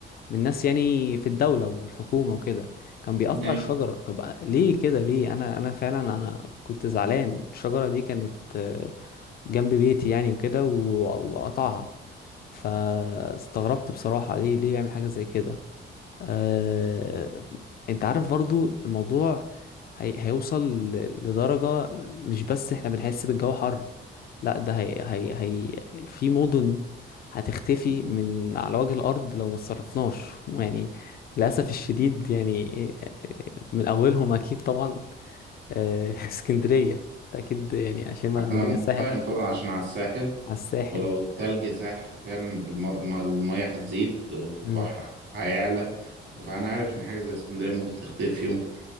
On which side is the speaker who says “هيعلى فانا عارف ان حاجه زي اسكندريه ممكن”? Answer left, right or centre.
Right